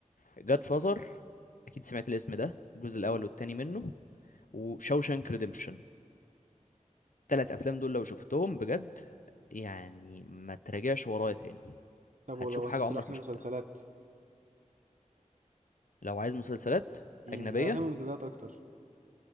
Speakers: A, on the left; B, on the right.
A: جاد فازر اكيد سمعت الاسم ده الجزء الاول
B: مم.
A: والتاني منه وشوشانك ريديمشن التلات افلام دول لو شفتهم بجد يعني ما تراجعش ورايا تاني
B: طب
A: هتشوف
B: ولو هتقترح
A: حاجه عمرك
B: لي
A: ما شفتها
B: مسلسلات
A: لو عايز مسلسلات
B: مم.
A: اجنبيه
B: انا بحب المسلسلات اكتر